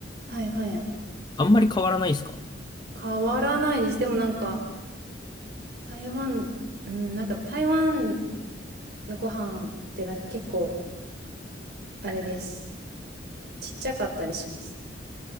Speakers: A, on the right; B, on the left.
A: はいはい。
B: あんまり変わらないですか
A: 変わらないです。でもなんか、台湾、うん、なんか台湾のご飯ってなんか結構、あれです。ちっちゃかったりします。